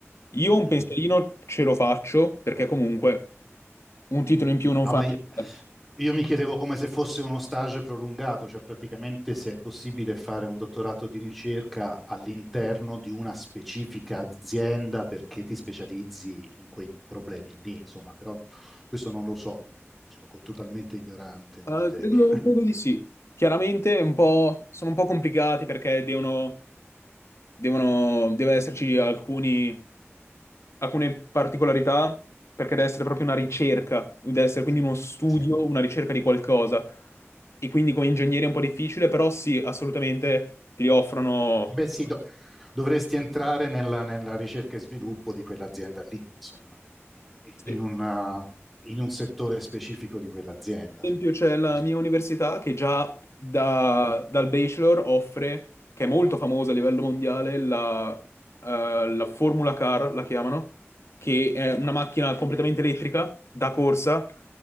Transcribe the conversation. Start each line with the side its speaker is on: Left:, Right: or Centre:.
Left: Io un
Centre: mm.
Left: pensierino ce lo faccio, perché comunque un titolo in più non
Centre: No,
Left: fa
Centre: ma io,
Left: male.
Centre: io mi chiedevo come se fosse uno stage prolungato, cioè praticamente se è possibile fare un dottorato di ricerca all'interno di una specifica azienda perché ti specializzi in quei problemi lì, insomma, però questo non lo so, sono co- totalmente ignorante in
Left: Eh,
Centre: materia.
Left: credo,
Centre: <laughs>
Left: credo di sì. Chiaramente è un po'- sono un po' complicati perché devono devono, deve esserci alcuni, alcune particolarità perché deve essere proprio una ricerca, deve essere quindi uno studio,
Centre: Sì.
Left: una ricerca di qualcosa. E quindi come ingegnere è un po' difficile, però sì, assolutamente ti offrono.
Centre: Beh, sì, do- dovresti entrare nella, nella ricerca e sviluppo di quell'azienda lì, insomma, nel- in,
Left: Sì.
Centre: in
Left: Per
Centre: una- in un settore specifico di quell'azienda.
Left: esempio
Centre: insomma, nello
Left: c'è la mia
Centre: sviluppo.
Left: università che già da- dal bachelor offre, che è molto famosa a livello mondiale, la, eh, la Formula Car, la chiamano, che è una macchina completamente elettrica da corsa